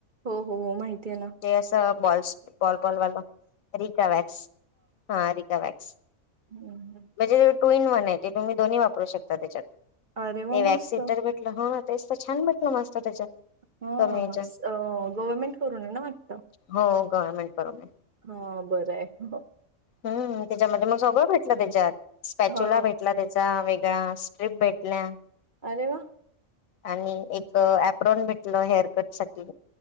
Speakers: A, on the right; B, on the left.
A: हो हो हो माहिती आहे ना
B: ते असं बॉलस बॉल बॉल वालं, रिका वॅक्स. हा रिका वॅक्स.
A: हम्म हम्म.
B: म्हणजे टू इन वन आहे, ते तुम्ही दोन्ही वापरू शकता त्याच्यात.
A: अरे वा
B: ते वॅक्स
A: मस्त
B: हीटर भेट म्हटलं हो तेच तर छान भेटलं मस्त त्याच्यात.
A: हो
B: कमी याच्यात
A: असं गवर्मेंट करून आहे ना वाटतं.
B: हो गव्हर्मेंट कडून हाय.
A: हो बरं हाय.
B: हम्म त्याच्यामध्ये मग सगळं भेटलं त्याच्यात. स्पॅच्युला
A: हा
B: भेटला त्याच्या <unintelligible> वेगळ्या स्ट्रिप भेटल्या.
A: अरे वाह.
B: आणि एक एप्रोन भेटलं हेअरकट साठी.